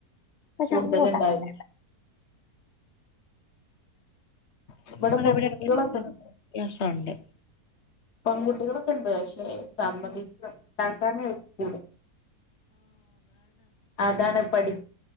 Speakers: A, on the left; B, on the left.
A: പക്ഷെ
B: കൂടുതലുണ്ടാവും
A: അങ്ങോട്ടങ്ങനെയല്ല <inaudible>
B: ഇവിടെ പെൺകുട്ടികളൊക്കെ
A: തണ്ട്
B: പെൺകുട്ടികളൊക്കെ ഉണ്ട് പക്ഷെ സമ്മതി ഉണ്ടാക്കാനേൂള അതാണ് പഠി